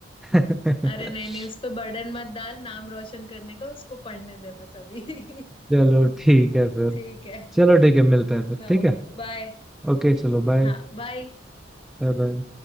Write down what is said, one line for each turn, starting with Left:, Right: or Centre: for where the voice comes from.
Centre: <laughs>
Left: अरे नहीं नहीं उस पर बर्डन मत डाल नाम रोशन करने का उसको पढ़ने दे बस अभी <laughs>
Centre: चलो ठीक है फिर
Left: ठीक है
Centre: चलो ठीक है मिलते हैं फिर
Left: हाँ
Centre: ठीक है
Left: बाय
Centre: ओके चलो बाय
Left: हाँ बाय
Centre: Bye bye